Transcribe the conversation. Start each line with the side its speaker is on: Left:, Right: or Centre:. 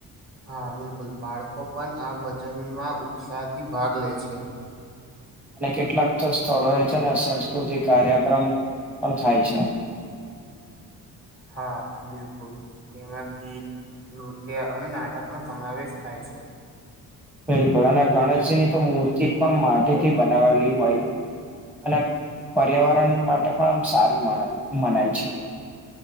Right: હા બિલકુલ બાળકો પણ આ ભજનમાં ઉત્સાહથી ભાગ લે છે.
Centre: અને કેટલાક તો સ્થળો એ છે ને સંસ્કૃતિક કાર્યક્રમ પણ થાય છે. <inaudible>
Right: હા બિલકુલ તેમાં ગીત નૃત્ય અને નાટકનો સમાવેશ થાય છે
Centre: બિલકુલ અને ગણેશજીની તો મૂર્તિ પણ માટી થી બનાવેલી હોય અને પર્યાવરણ માટે પણ આમ સારી મ મનાય છે